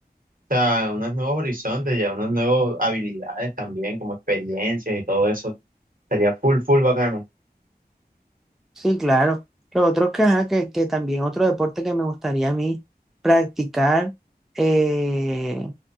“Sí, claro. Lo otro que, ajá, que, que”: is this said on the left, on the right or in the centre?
Centre